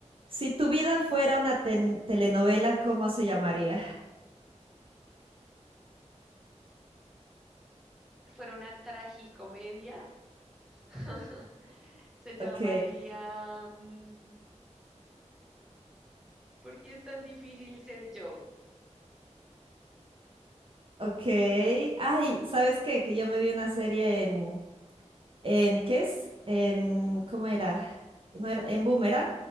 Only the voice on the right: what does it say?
si tu vida fuera una ten- telenovela, ¿cómo se llamaría? <laughs>
Ok,
ok. Ay, ¿sabes qué? Que yo me vi una serie en, en ¿qué es? En, ¿cómo era? No era, en Boomerang,